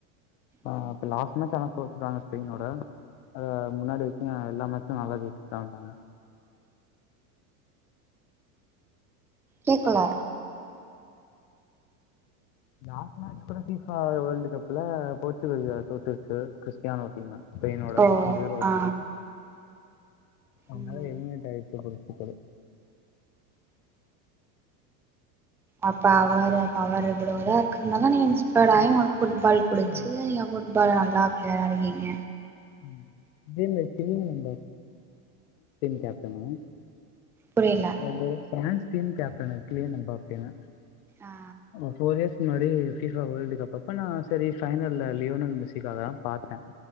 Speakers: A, on the left; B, in the centre.
A: ஆ
B: ம்
A: இப்ப லாஸ் <unintelligible> தோத்துட்டாங்க ஸ்பெயினோட அத முன்னாடி வரைக்கு எல்லா மேட்ச்சு நல்லா ஜெயிச்சுடு தா வந்தாங்க
B: கேக்குல
A: லாஸ்ட் மேட்ச் கூட ஃபிஃபா வேர்ல்ட் கப்ல போர்ச்சுகல் தோத்துருச்சு கிறிஸ்டியானோ டீம்ம ஸ்பெய்னோட
B: ஓ
A: ஜீரோ
B: ஆ
A: ஒன்ல அவ்னால
B: ம்
A: எலிமினேட் ஆய்டுச்ச போர்ச்சுக்கல் <inaudible>
B: அப்போ அவ்ர அவ்ரு இவ்ளோ இதா இருக்கனால தா நீங்க இன்ஸ்பயர்ட ஆய் உங்களுக் ஃபுட்பால் புடிச்சு
A: ம்
B: நீங்க ஃபுட்பால் நல்லா பிளேயரா இருக்கீங்க
A: ம் <inaudible> கேப்டன்னு
B: புரியிலா
A: அது பிரான்ஸ் டீம் கேப்டன்னு கிலியன் <unintelligible>
B: ஆ
A: ஃபோர் இயர்ஸ் முன்னடி ஃபீஃபா வேர்ல்டு கப் அப்ப நா செரி ஃபைனல்ல லியோனல் மெஸிக்காக தா பாத்தே